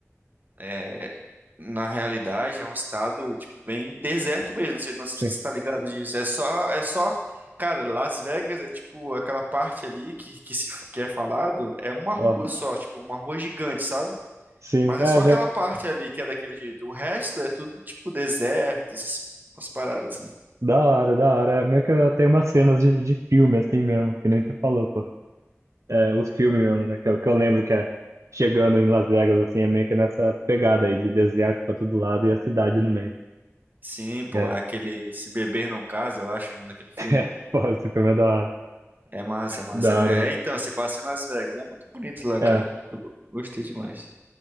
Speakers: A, on the right (about 35°); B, on the right (about 75°).
A: É, na realidade, é um estado, tipo, bem deserto mesmo. Não sei, não sei
B: sim.
A: se você tá ligado disso. É só, é só, cara, Las Vegas é tipo aquela parte ali que, que se que é falado, é uma
B: Ó,
A: rua só, tipo, uma rua gigante, sabe?
B: sim,
A: Mas
B: é,
A: é só
B: já.
A: aquela parte ali que é daquele jeito. O resto é tudo tipo deserto, essas umas paradas assim.
B: Da hora, da hora. É Meio que eu tenho umas cenas de, de filme, assim mesmo, que nem tu falou, pô. É, os filmes mesmo, né? Que eu, que eu lembro que é chegando em Las Vegas, assim, é meio que nessa pegada aí de deserto pra todo lado e a cidade no meio.
A: Sim, pô,
B: É,
A: é aquele Se Beber Não Case, eu acho, o nome daquele
B: <laughs>
A: filme.
B: é, pô, esse filme é da hora.
A: É massa, é massa,
B: Da
A: né?
B: hora, mano.
A: É, então, se passa em Las Vegas. É muito bonito lá,
B: É.
A: cara. Eu gostei demais.